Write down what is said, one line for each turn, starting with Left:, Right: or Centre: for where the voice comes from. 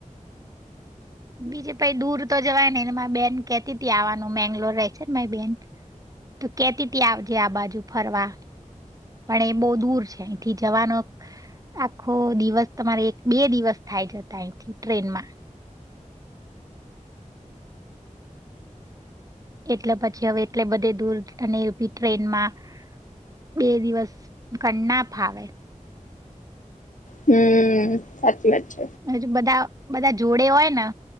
Right: બીજે પ દૂર તો જવાય ને મા બેન કતીથી આવવાનું મેંગ્લોર રહે છે ને મારી બેન તો, કેતીથી આવજે આ બાજુ ફરવા પણ એ બહ દૂર છે અહીથી જવાનો આખો દિવસ તમારે એક બે દિવસ થાય જતા અહીથી ટ્રેનમાં. એટલે પછી હવે એટલે બધે દૂર અને ટ્રેનમાં બે દિવસ ક ના ફાવે.
Left: હમ્મ સાચી વાત છે.
Right: હજ બધા બધા જોડે હોય ને